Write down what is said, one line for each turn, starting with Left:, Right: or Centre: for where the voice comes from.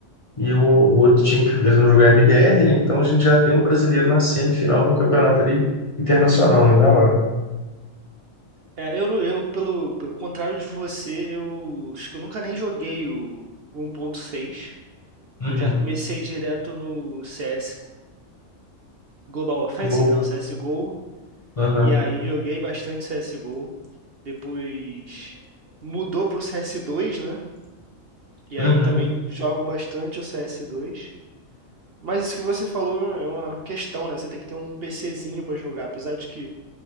Left: E o, o outro time que eles vão jogar é MBR, né? Então a gente já tem um brasileiro na semifinal de um campeonato ali internacional, né? Da hora.
Right: É, eu, não- eu, pelo, pelo contrário de você, eu acho que eu nunca nem joguei o um ponto seis
Left: Uhum.
Right: Eu já comecei direto no CS Global Offensive,
Left: Gol.
Right: né, o CSGO,
Left: Aham.
Right: e aí joguei bastante CSGO. Depois mudou pro CS2, né? E
Left: Uhum.
Right: aí também jogo bastante o CS2. Mas isso que você falou é uma questão, né? Você tem que ter um PCzinho pra jogar, apesar de que